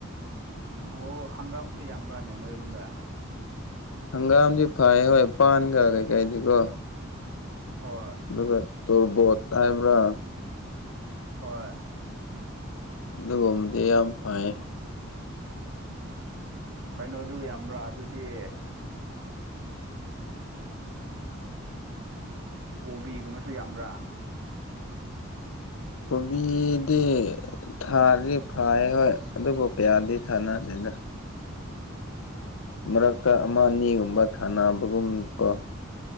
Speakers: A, on the right (about 60°); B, on the left (about 75°).
A: ꯑꯣ ꯍꯪꯒꯥꯝꯁꯨ ꯌꯥꯝꯕ꯭ꯔꯅꯦ ꯅꯣꯏꯔꯣꯝꯗ
B: ꯍꯪꯒꯥꯝꯗꯤ ꯐꯩ ꯍꯣꯏ ꯄꯥꯟꯒ ꯀꯩꯀꯩꯗꯤꯀꯣ
A: ꯍꯣꯏ
B: ꯑꯗꯨꯒ ꯇꯣꯔꯕꯣꯠ ꯍꯥꯏꯕ꯭ꯔꯥ
A: ꯍꯣꯏ
B: ꯗꯨꯒꯨꯝꯕꯗꯤ ꯌꯥꯝ ꯐꯩꯌꯦ
A: ꯀꯩꯅꯣꯗꯨ ꯌꯥꯝꯕ꯭ꯔꯥ ꯑꯗꯨꯗꯤ ꯀꯣꯕꯤꯒꯨꯝꯕꯁꯨ ꯌꯥꯝꯕ꯭ꯔꯥ
B: ꯀꯣꯕꯤꯗꯤ ꯊꯥꯔꯗꯤ ꯐꯩ ꯍꯣꯏ ꯑꯗꯨꯕꯨ ꯀꯌꯥꯗꯤ ꯊꯥꯅꯗꯦꯗ ꯃꯔꯛꯇ ꯑꯃ ꯑꯅꯤꯒꯨꯝꯕ ꯊꯥꯅꯕꯒꯨꯝ ꯀꯣ